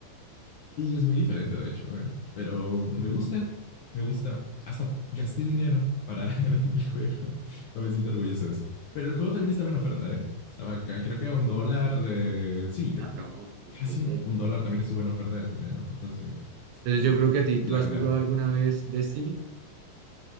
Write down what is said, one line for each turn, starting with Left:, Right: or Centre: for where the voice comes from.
Left: Y es muy diferente, de hecho, eh, Pero me gusta, me gusta. Hasta gasté dinero para <laughs> ver el juego. No me siento orgulloso de eso. Pero el juego también estaba en oferta, ¿eh? Estaba, acá, creo que a un dólar. eh, sí, creo
Right: Ah, no,
Left: que
Right: súper
Left: casi
Right: bien.
Left: un, un dólar también estuvo en oferta en, en ofertas de,
Right: Entonces
Left: de
Right: yo creo que a ti, ¿tú
Left: Black
Right: has jugado alguna
Left: Friday.
Right: vez Destiny?